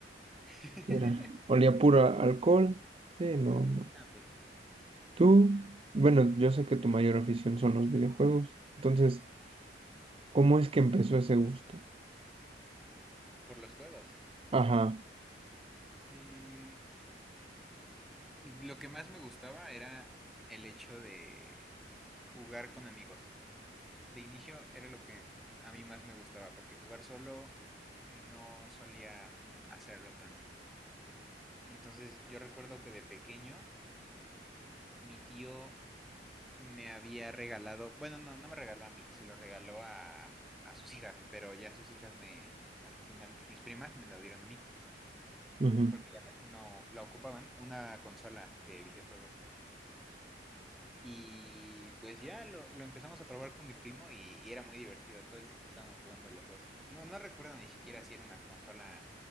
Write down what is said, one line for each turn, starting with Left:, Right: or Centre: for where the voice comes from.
Centre: <laughs>
Right: Mira, olía puro a alcohol. Sí, no, no.
Centre: Ah, pues no.
Right: Tú, bueno, yo sé que tu mayor afición son los videojuegos. Entonces, ¿cómo es que empezó ese gusto?
Centre: Por los juegos.
Right: Ajá.
Centre: Mm, lo que más me gustaba era el hecho de jugar con amigos. De inicio era lo que a mí más me gustaba, porque jugar solo no solía hacerlo tanto. Entonces yo recuerdo que de pequeño mi tío me había regalado, bueno, no, no me regaló a mí, se lo regaló a, a sus hijas, pero ya sus hijas me, al final, pues mis primas me la dieron a mí,
Right: ujú.
Centre: porque ya casi no la ocupaban, una consola de videojuegos. Y pues ya lo, lo empezamos a probar con mi primo y, y era muy divertido, todo el tiempo estábamos jugando los dos. No, no recuerdo ni siquiera si era una consola